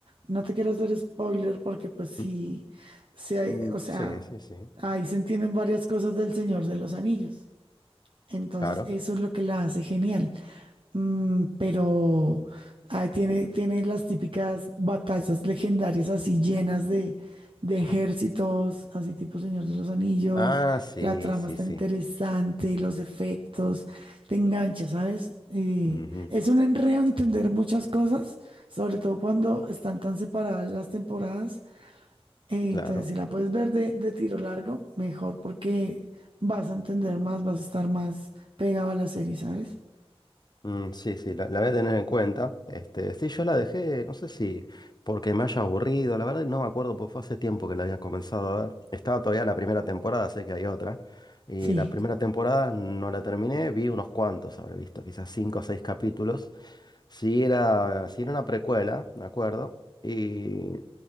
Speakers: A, on the right; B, on the left.
A: No te quiero hacer spoiler porque pues sí,
B: Mm,
A: sí hay-
B: mm,
A: o sea,
B: Sí, sí, sí,
A: ahí se entienden varias cosas del Señor de los Anillos. Entonces,
B: claro.
A: eso es lo que la hace genial. Mm, pero ahí tiene, tiene las típicas batallas legendarias así llenas de, de ejércitos, así tipo Señor de los Anillos.
B: Ah, sí,
A: La trama
B: sí,
A: está
B: sí.
A: interesante, los efectos, te engancha, ¿sabes? y
B: ujú,
A: es un enredo entender muchas cosas, sobre todo cuando están tan separadas las temporadas entonces,
B: Claro.
A: si la puedes ver de, de tiro largo, mejor porque vas a entender más, vas a estar más pegado a la serie, ¿sabes?
B: Mm, sí, sí, la, la voy a tener en cuenta. Este, sí, yo la dejé, no sé si porque me haya aburrido, la verdad no me acuerdo, porque fue hace tiempo que la había comenzado a ver. Estaba todavía la primera temporada, sé que hay otra. Y
A: Sí.
B: la primera temporada no la terminé, vi unos cuantos, habré visto quizás cinco o seis capítulos. Sí era, sí era una precuela, me acuerdo. Y